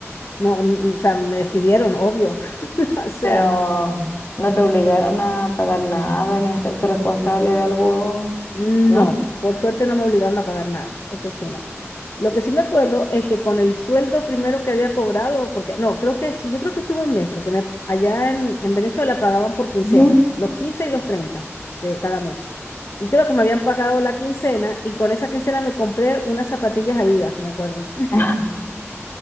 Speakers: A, on the left (about 65°); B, on the left (about 50°).
A: no, n- o sea, me despidieron, obvio, <laughs> o sea,
B: Pero no te obligaron a pagar nada ni a hacerte responsable de algo,
A: No,
B: ¿no?
A: por suerte no me obligaron a pagar nada, eso sí, no. Lo que sí me acuerdo es que con el sueldo primero que había cobrado, porque no, creo que sí, yo creo que estuvo un mes, porque me, allá en, en Venezuela pagaban por quincena,
B: Ujú.
A: los 15 y los 30 de cada mes. Y creo que me habían pagado la quincena y con esa quincena me compré unas zapatillas Adidas, me acuerdo. <laughs>
B: <laughs>